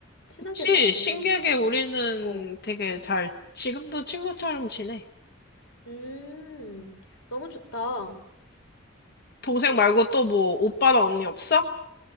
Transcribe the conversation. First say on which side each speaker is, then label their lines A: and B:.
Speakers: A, on the left; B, on the left.
A: 친하게
B: 그치,
A: 잘 지냈나
B: 신기하게
A: 보네?
B: 우리는
A: 어.
B: 되게 잘, 지금도 친구처럼 지내.
A: 음, 너무 좋다.
B: 동생
A: 응,
B: 말고 또 뭐, 오빠나 언니
A: 응.
B: 없어?